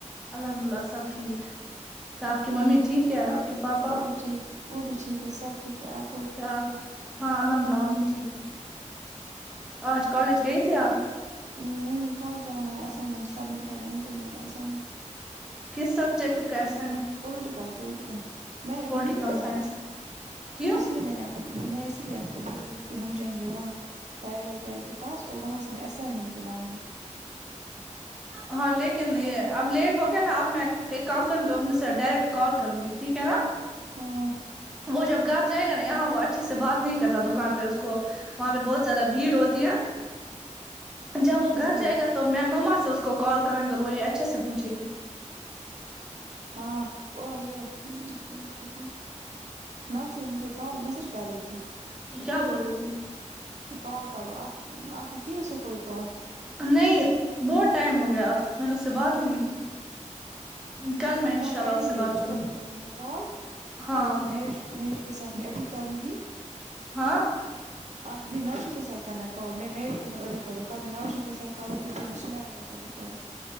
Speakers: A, in the centre; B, on the right (about 65°).
A: الحمدلہ سب ٹھیک اچھا آپ کی
B: کیا
A: ممی ٹھیک ہے آپ کے پاپا
B: وہ بھی ٹھیک ہے وہ بھی ٹھیک ہے سب ٹھیک ہے آپ بول
A: اچھا ہاں الحمد اللہ ہم بھی ٹھیک ہے آج کالج گئی تھی آپ
B: نہیں کل جان ہے اسسائنمنٹ سبمٹ کرنے انٹرنل ایگزام
A: کس سبجیکٹ کاس
B: پوولٹیکل پولٹیکل میں نے ابھی
A: پولیٹیکل
B: نہیں بنایا
A: سائنس کا کیوں
B: اس لیے میں نے میں اس لیے آپ کو بول رہی تھی ہم جائیں گے وہاں پیرویز بھائی کے پاس اور وہاں سے میں اسائنمنٹ بھی لاؤں گی
A: ہاں لیکن یہ اب لیٹ ہو گیا نا اب میں ایک کام کروں گی ا میں سے ڈائریکٹ کال کروں گی ٹھیک ہے نا
B: ہاں
A: وہ جب گھر جائے گا نا یہاں وہ اچھے سے بات نہیں کرتا دکان پہ اس کو وہاں پہ بہت زیادہ بھیڑ ہوتی ہے جب وہ گھر
B: اسی
A: جائے
B: لیے
A: گا تو میں مما سے اس کو کال کریں گے اور وہ یہ اچھے سے پوچھے گی
B: ہاں اور یہ اس کو کیا بولتے ہیں نوشیر مجھے کال میسج کر رہی تھی
A: کیا بول رہی تھی
B: کال کرو آپ آپ نے کیو اسے کوئی کال
A: نہیں بہت ٹائم ہو گیا میں نے اس سے بات نہیں کی کل میں
B: ہم
A: ان
B: کال
A: شاء اللہ
B: کریں
A: سے
B: گے اس
A: بات کروں
B: کو
A: گی
B: بھی کریں گے کال
A: ہاں
B: اور میں مہوش کے ساتھ میں ا بھیھی کروں گی
A: ہاں
B: آ ابھی نوشن کے ساتھ کرناال میں میوش اپ بھی نوشین کے ساتھ ابھی کرنا کال میں نوشن کے ساتھ کروں گ کہ پھر میں سمیرا کے ساتھ بھی کروں گی